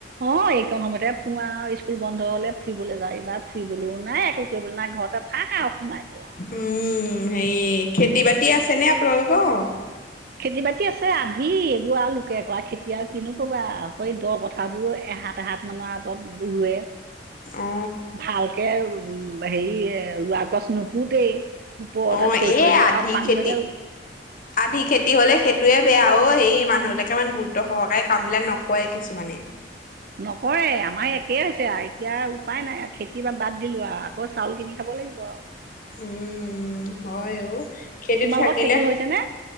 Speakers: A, on the right; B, on the left.
A: অ এইকণ সময়তে ফুৰ‌ আও স্কুল বন্ধ হলে ফুৰিবলৈ যাওঁ এইবা ফুৰিবলৈও নাই একো কৰিবলৈ নাই ঘৰত থাক আও সোমাই পেলাই
B: উম হেৰি খেতি বাতি আছে নে আপোনালোকৰ
A: খেতি বাতি আছে আধি এইবোৰ আও লোকে কৰা খেতি আৰু কিনো কবা আও এই দ পথাৰবোৰ এহাত এহাত মানৰ আতৰত ৰুৱে
B: অ
A: ভালকে উ হেৰি ৰোৱা গছ নোপোতেই ওপৰতে
B: অ
A: থৈ
B: এই
A: থৈ দিয়ে
B: আধি
A: আও পানী
B: খেতি
A: হ'লেও
B: <inaudible> আধি খেতি হ'লে সেইটোৱে বেয়া অ সেই মানুহবিলাকে ইমান গুৰুত্ব সহকাৰে কামবিলাক নকৰে কিছুমানে
A: নকৰে আমাৰ একে হৈছে আৰু এতিয়া উপায় নাই খেতি বাদ দিলো আৰু আকৌ চাউল কিনি খাব লাগিব আও
B: উম হয় অ খেতিতো
A: তোমালোকৰ
B: থাকিলে
A: খেতি হৈছেনে